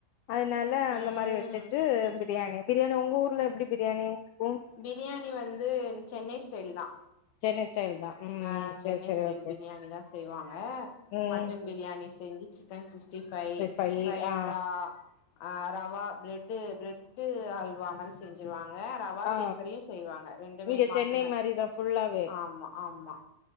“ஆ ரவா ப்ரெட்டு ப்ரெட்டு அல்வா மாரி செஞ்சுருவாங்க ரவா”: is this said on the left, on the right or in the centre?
Left